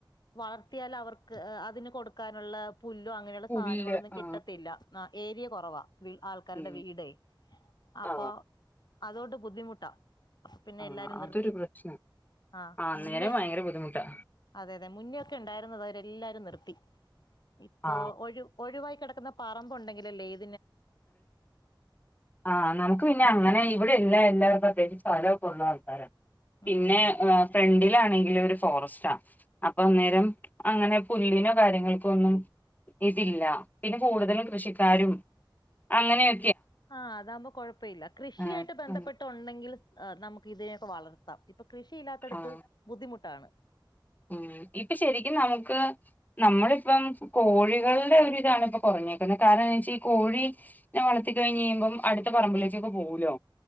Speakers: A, on the left; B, on the left.
A: വളർത്തിയാൽ അവർക്ക് അതിന് കൊടുക്കാനുള്ള പുല്ലോ അങ്ങനെയുള്ള
B: പുല്ല്
A: സാധനങ്ങളൊന്നും കിട്ടത്തില്ല
B: ആ
A: ആ ഏരിയ കൊറവാ വീ ആൾക്കാരുടെ
B: ഉം
A: വീട് അപ്പോ
B: ആ
A: അതൊണ്ട് ബുദ്ധിമുട്ടാ പിന്നെ
B: ആ
A: എല്ലാരും നിർത്തി
B: അതൊരു പ്രശ്നം
A: ആ
B: അന്നേരം
A: മുന്നേ
B: ഭയങ്കര ബുദ്ധിമുട്ടാ
A: അതെ അതെ മുന്നേയെക്കെ ഉണ്ടായിരുന്നുന്നതാ അവരെല്ലാവ രും നിർത്തി ഇപ്പൊ
B: ആ
A: ഒഴു ഒഴിവായി കിടക്കന്ന പറമ്പ് ഉണ്ടെങ്കിലല്ലേ ഇ
B: ആ നമുക്ക് പിന്നെ അങ്ങനെ ഇവിടെയില്ല എല്ലാവ ല്ലാരും സ്ഥലമൊക്കെ ഉള്ള ആൾക്കാര പിന്നെ
A: ഉം
B: ഫ്രണ്ടിലാണെങ്കി <unintelligible> ഫോറസ്റ്റാ അപ്പൊ അന്നേരം അങ്ങനെ പുല്ലിനോ കാര്യങ്ങൾക്കോ ഒന്നും ഇതില്ല പിന്നെ കൂടുതലും കൃഷിക്കാരും അങ്ങനെയൊ
A: ആ അതാവുമ്പോ കുഴപ്പവില്ല കൃഷിയായിട്ട്
B: ആഹ്
A: ബന്ധപ്പെട്ട്
B: ഉം
A: ഉണ്ടെങ്കില് ആ നമുക്ക് ഇതിനെയൊക്കെ വളർത്താം ഇപ്പൊ കൃഷിയില്ലാത്തടുത്ത്
B: ആഹ്
A: ബുദ്ധിമുട്ടാണ്
B: ഉം ഇപ്പൊ ശരിക്കും നമുക്ക് നമ്മളിപ്പം കോഴികളുടെ ഒരുതാണ് ഇപ്പം കുറഞ്ഞേക്കുന്നേ കാര കാരണം എന്നാന്നുവച്ചാ കോഴി നേ വളർത്തി കഴിയുമ്പം അടുത്ത പറമ്പിലേക്കൊക്കെ പോകൂലോ